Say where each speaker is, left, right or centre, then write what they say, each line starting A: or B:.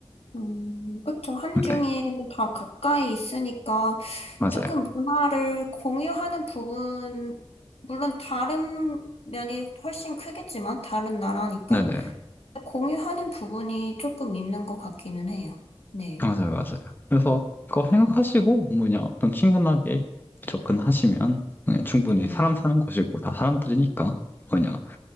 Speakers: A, on the left; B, on the left.
A: 음, 그쵸. 한중이
B: 네,
A: 다 가까이 있으니까
B: 맞아요.
A: 조금 문화를 공유하는 부분, 물론 다른 면이 훨씬 크겠지만, 다른 나라니까.
B: 네네,
A: 공유하는 부분이 조금 있는 것 같기는 해요. 네.
B: 맞아요, 맞아요. 그래서 그거
A: 네.
B: 생각하시고 뭐냐 좀 친근하게 접근하시면 그냥 충분히
A: 네.
B: 사람 사는 곳이고 다 사람들이니까 뭐냐